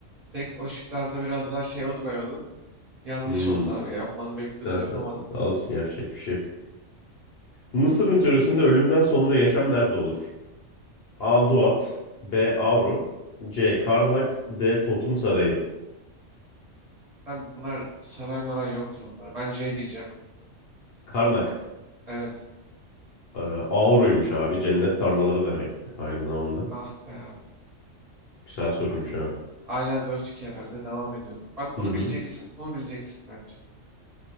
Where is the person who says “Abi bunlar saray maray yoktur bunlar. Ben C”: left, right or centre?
Right